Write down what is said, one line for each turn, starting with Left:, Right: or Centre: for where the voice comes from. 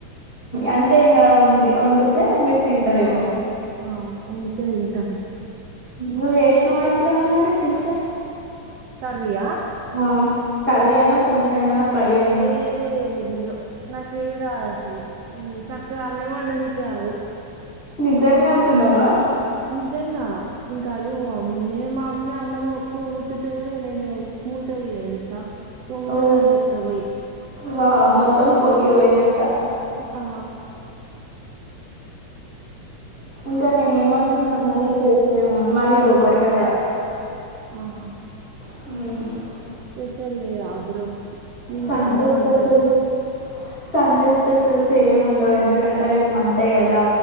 Left: అంటే ఇంకా ఉండి వండితే మిర్చి తింటరెమో
Right: ఆ ఆ వండితే తింటను
Left: నువు చేస్నావ మరి ఎప్పుడైనా ఫిష్
Right: కర్రయా
Left: ఆ కర్రీ అయినా పుస్ అయినా ఫ్రై అయినా
Right: ఏదే చైల్డ్ నేను నాకు ఏదు రాధసలు సక్క ఆనం వంట కాదు
Left: నిజంగా అంటన్నావా
Right: నిజంగా ఇంకా అడుగు మా మమ్మీని మా మమ్మీ అన్నం పొంగుతుంటేవి నేను మూతది తెలుసా పొంగుతుందను
Left: ఓ
Right: చెప్తా పోయి
Left: వా మ మొత్తం పొంగి పోయినాంక
Right: ఆ
Left: ఇంకా నేనే
Right: మీదేం
Left: ఏమనుకున్నాను
Right: కూర
Left: నువ్వు
Right: మరి
Left: కూడా చేసవేం మోన్మది గోకర్కాయ
Right: ఆహ
Left: హ
Right: స్పెషల్ రాబరు ఇంటికి
Left: సండే
Right: వద్దాం
Left: స్పెషల్
Right: అనుక
Left: సండే స్పెషల్స్ ఏమ్ ఉ ఎందుకుంటే రేపు మండేగా కదా